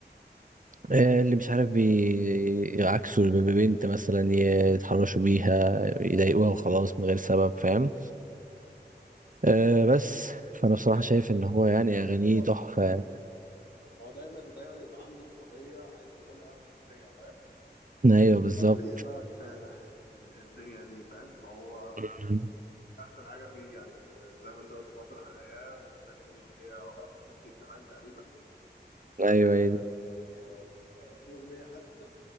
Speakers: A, on the right; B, on the left.
A: آه، اللي مش عارف بيعكسوا البنت مثلا يتحرشوا بيها يضايقوها وخلاص من غير سبب فاهم أه بس فانا
B: بالظبط
A: بصراحة شايف
B: يعني
A: ان هو
B: هو
A: يعني
B: الفكره
A: اغانيه
B: ان هو
A: تحفة
B: إن هو دايما دايما يبقى عنده قضيه عايز يقولها في الاغنيه فاهم
A: ايوه بالظبط
B: قضيه بقى رساله ال- الدنيا دي فاهم فهو
A: مم.
B: احسن حاجه فيه يعني ف- زي ما انت قلت فاطر الحياه والتانيه دي اللي هي وقفت نص زمان تقريبا حتى
A: ايوه
B: في الاغنيه
A: هي دي
B: اللي فيها آه، في اغنيه حتى